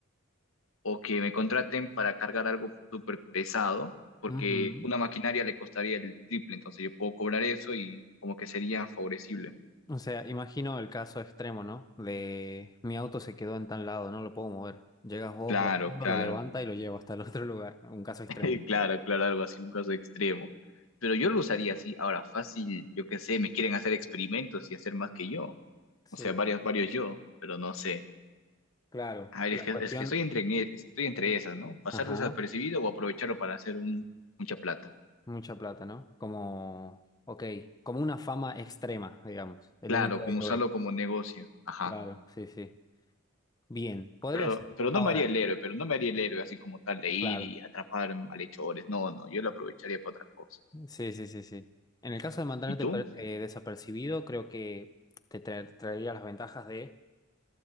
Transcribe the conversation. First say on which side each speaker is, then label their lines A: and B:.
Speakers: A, on the left; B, on the left.
A: o que me contraten para cargar algo súper pesado, porque
B: Ujú.
A: una maquinaria le costaría el triple, entonces yo puedo cobrar eso y como que sería favorecible.
B: O sea, imagino el caso extremo, ¿no? De mi auto se quedó en tal lado, no lo puedo mover. Llegas vos
A: Claro,
B: volando,
A: claro,
B: lo levanta y lo lleva hasta el otro lugar. Un caso extremo.
A: <laughs> claro, claro, algo así, un caso extremo. Pero yo lo usaría así, ahora fácil, yo qué sé, me quieren hacer experimentos y hacer más que yo,
B: Sí,
A: o sea, varios, varios yo, pero no sé.
B: claro.
A: A ver,
B: La
A: es que,
B: cuestión,
A: es que estoy entre, estoy entre esas, ¿no? Pasar
B: ajá.
A: desapercibido o aprovecharlo para hacer un, mucha plata.
B: Mucha plata, ¿no? Como, ok, como una fama extrema, digamos, el
A: Claro,
B: único
A: como
B: héroe.
A: usarlo como negocio. Ajá.
B: Claro, sí, sí. Bien, podría
A: Pero,
B: ser.
A: pero no
B: Ahora,
A: me haría el héroe, pero no me haría el héroe así como tal de ir
B: claro.
A: y atrapar malhechores. No, no, yo lo aprovecharía para otra cosa.
B: Sí, sí, sí, sí. En el caso de mantenerte
A: ¿Y tú?
B: per- eh, desapercibido, creo que te tra- traería las ventajas de,